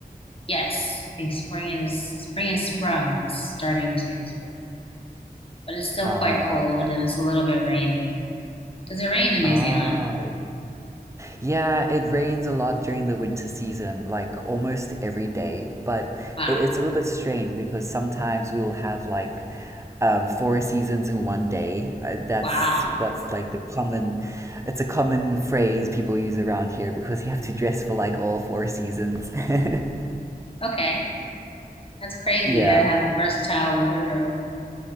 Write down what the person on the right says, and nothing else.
Oh,
wow.
That.
Ah,
Yeah, it rains a lot during the winter season, like almost every day. But
it, it's a little bit strange because sometimes we will have like um, four seasons in one day. Uh, that's
what's like the common, it's a common phrase people use around here because you have to dress for like all four seasons. <laughs>
Yeah.